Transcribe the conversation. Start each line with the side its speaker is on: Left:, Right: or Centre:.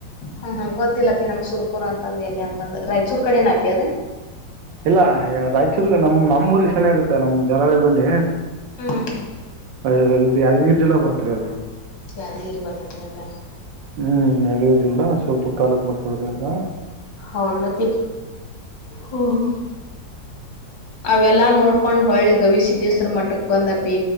Left: ಹ್ಮ್ ಹ್ಮ ಗೊತ್ತಿಲ್ಲಪ್ಪಿ ನಂಗ್ ಸುರ್ಪುರ್ ಅಂತಂದ ಎಲ್ಲಿ ಅಂತಂದ ರಾಯಚೂರ್ ಕಡೆ ಏನಪಿ ಅದ
Right: ಇಲ್ಲ ರಾಯಚೂರ್ಗ ನಮ್ ನಮ್ಮೂಊರಿಗೆ ಸೆನ ಆಗುತ್ತೆ ನಮ್ ಜಲಳಿ ಬಳಿ ಅ
Left: ಹ್ಮ್ ಹ್ಮ್
Right: ಇ ಯಾದಗಿರಿ ಜಿಲ್ಲಾ ಬರ್ತರಿ ಅಲ್ಲ
Left: ಯಾದಗಿರಿ ಬರ್ತ ತಿನತ್ತ
Right: ಹ್ಮ್ ಯಗದಿಲ್ಲ ಸ್ವಲ್ಪ ತಾಾಲೂಕ್ ಬರ್ತದ್ರಲ್ಲ
Left: ಹೌದನ ಪಿ ಹ್ಮ <inaudible> ಅವೆಲ್ಲಾ ನೋಡ್ಕೊಂಡ್ ಹೊಳ್ಳೆ ಗವಿಸಿದ್ದೇಸ್ರ ಮಟ್ಟಕ್ ಬಂದಪಿ